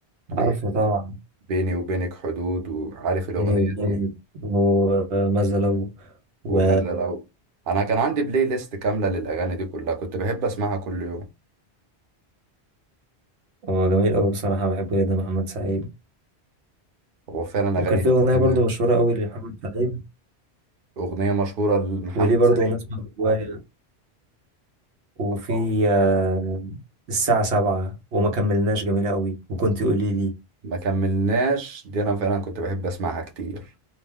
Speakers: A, on the right; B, on the right.
A: اللي
B: عارفه
A: هي
B: طبعا
A: بيني وبينك حدود وعارف الاغنية
B: بيني
A: دي
B: وبيني وماذا لو و
A: وما زال انا كان عندي بلاي ليست كاملة للاغاني دي كلها كنت بحب اسمعها كل يوم
B: هو جميل قوي بصراحة بحبه جدا محمد سعيد
A: هو فعلا
B: وكان
A: اغاني
B: في
A: تتسمع
B: أغنية برضو مشهورة قوي لمحمد سعيد
A: اغنية مشهورة لمحمد
B: وليه برضو
A: سعيد
B: أغنية اسمها جوايا وفي
A: آه،
B: آه، الساعة سبعة وما كملناش جميلة قوي وكنت قولي لي
A: ما كملناش دي انا فعلا كنت بحب اسمعها كتير